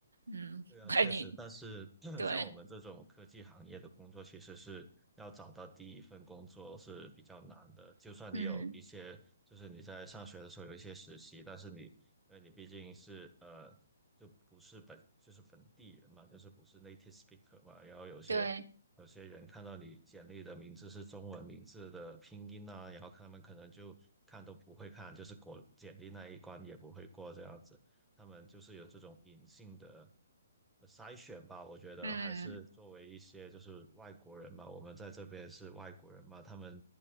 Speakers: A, on the right (about 80°); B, in the centre.
A: 嗯，
B: 对啊，
A: <laughs> 哎，
B: 确实，
A: 你
B: 但是 <clears throat>
A: 对。
B: 像我们这种科技行业的工作，其实是要找到第一份工作是比较难的。就算你有一些，
A: 嗯。
B: 就是你在上学的时候有一些实习，但是你，因为你毕竟是呃，就不是本，就是本地人嘛，就是不是 native speaker 嘛，然后有些有些人看到你简历的名字是中文名字的拼音啊，
A: 对，
B: 然后他们可能就看都不会看，就是过简历那一关也不会过这样子。他们就是有这种隐性的呃筛选吧。我觉得还是作为一些就是外国人吧，
A: 嗯，
B: 我们在这边是外国人嘛，他们